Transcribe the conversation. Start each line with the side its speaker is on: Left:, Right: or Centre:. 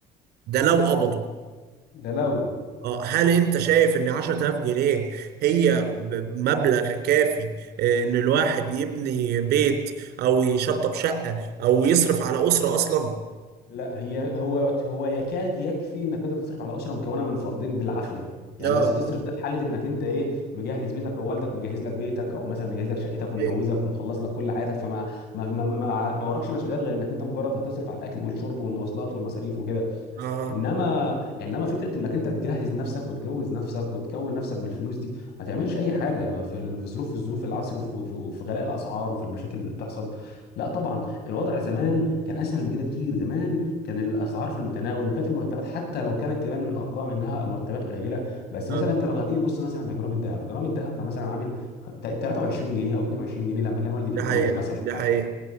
Right: ده لو قبضوا
Left: <laughs> ده لو
Right: اه هل انت شايف ان 10000 جنيه هي ب- مبلغ كافي آه، ان الواحد يبني بيت او يشطب شقة او يصرف على أسرة اصلا
Left: لا هي هو هو يكاد يكفي انك انت تصرف على اسره مكونه من فردين بالعافيه يعني
Right: اه
Left: بس تصرف ده في حاله انك انت ايه مجهز بيتك او والدك مجهز لك بيتك او مثلا مجهز لك شقتك ومجوزك
Right: ايوه
Left: ومخلص لك كل حياتك فما ما ما ما, ما وراكش مسؤوليات غير انك انت مجرد هتصرف على الاكل والشرب والمواصلات والمصاريف وكده
Right: اه
Left: انما انما فكره انك انت تجهز نفسك وتجوز نفسك وتكون نفسك بالفلوس دي ما تعملش اي حاجه في ال- في ظروف في ظروف العصر وفي وفي- وفي غلاء الاسعار وفي المشاكل اللي بتحصل لا طبعا الوضع زمان كان اسهل من كده كتير زمان كان الاسعار في المتناول وكانت المرتبات حتى لو كانت تبان بالارقام انها مرتبات قليله بس
Right: اه
Left: مثلا انت لو هتيجي تبص مثلا لجرام الذهب جرام الذهب كان مثلا عامل 23 جنيه او 22 جنيه لما كان والدي بيتجوز
Right: دي حقيقة
Left: مثلا
Right: دي حقيقة